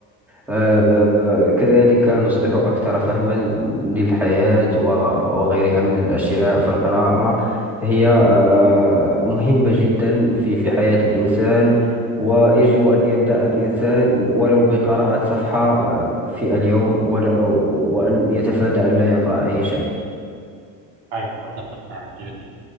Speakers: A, in the centre; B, on the right (about 75°).
A: وكذلك نصبح أكثر فهما للحياة و- وغيرها من الأشياء فالقراءة هي آه، مهمة جدا في في حياة الإنسان ويجب أن يبدأ الإنسان ولو بقراءة صفحة آه، في اليوم ولا وأن يتفادى أن لا يقرأ أي شيء
B: أيوة. أتفق معك جدا